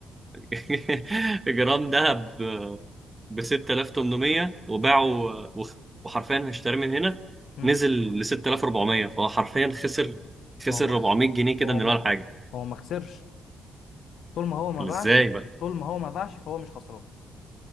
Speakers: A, on the right; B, on the left.
A: <laughs> جرام ذهب ب 6800 وباعه وخ- وحرفيا هيشتريه من هنا
B: مم.
A: نزل ل 6400 فهو حرفيا خسر خسر
B: هو ما
A: 400
B: خ-
A: جنيه كده
B: هو
A: من
B: ما
A: ولا حاجه
B: هو ما خسرش طول ما هو ما
A: ازاي
B: باعش
A: بقى
B: طول ما هو ما باعش فهو مش خسران